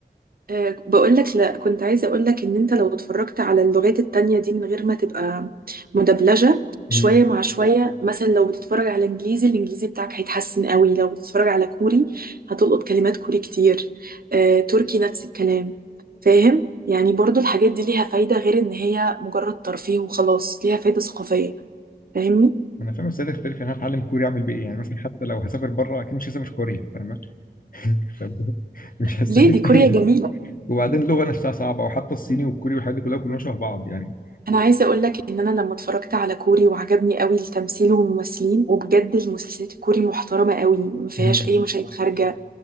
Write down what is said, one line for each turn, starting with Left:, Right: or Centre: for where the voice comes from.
Right: آه بقولك لا كنت عايزة أقولك إن أنت لو اتفرجت على اللغات التانية دي من غير ما تبقى مدبلجة شوية
Left: أمم،
Right: مع شوية مثلا لو بتتفرج على إنجليزي الإنجليزي بتاعك هيتحسن قوي لو بتتفرج على كوري هتلقط كلمات كوري كتير آه تركي نفس الكلام فاهم؟ يعني برضو الحاجات دي ليها فايدة غير إن هي مجرد ترفيه وخلاص ليها فايدة ثقافية فاهمني؟
Left: انا فاهم بس ده تختلف يعني أنا هتعلم كوري اعمل بيه ايه يعني مثلا حتى لو هسافر بره اكيد مش هسافر كوريا فاهمه؟ <laughs> فمش هستفيد
Right: ليه دي كوريا
Left: اي
Right: جميلة
Left: وبعدين اللغه نفسها صعبه وحتى الصيني والكوري والحاجات دي كلها كلهم شبه بعض يعني
Right: انا عايزه اقول لك ان انا لما اتفرجت على كوري وعجبني قوي التمثيل والممثلين وبجد المسلسلات الكوري محترمه قوي ما فيهاش
Left: مم.
Right: اي مشاهد خارجه